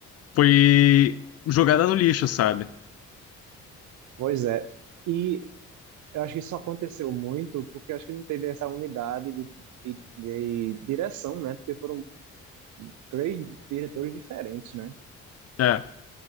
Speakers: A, on the left; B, on the right.
A: foi jogada no lixo, sabe?
B: pois é. E eu acho que isso aconteceu muito porque eu acho que não teve essa unidade de, de, de direção, né? Porque foram três diretores diferentes, né?
A: É,